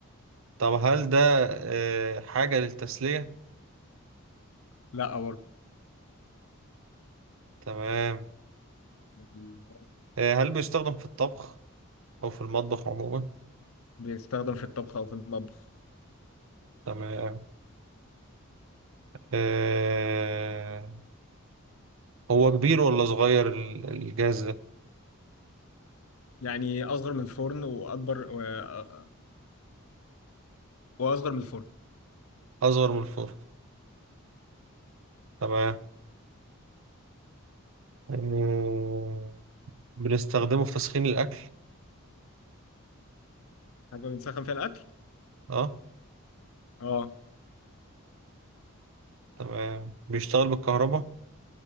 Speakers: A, on the right; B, on the left.
A: طب هل ده أه حاجة للتسلية؟
B: لا برضه
A: تمام
B: بي-
A: أه هل بيستخدم في الطبخ أو في المطبخ عموما؟
B: بيستخدم في الطبخ أو في المطبخ
A: تمام أه هو كبير ولا صغير ال- الجهاز ده؟
B: يعني أصغر من الفرن وأكبر و... آه، وأصغر من الفرن
A: أصغر من الفرن تمام آه، بنستخدمه في تسخين الأكل
B: حاجة بنسخن فيها الأكل
A: اه
B: اه
A: تمام بيشتغل بالكهرباء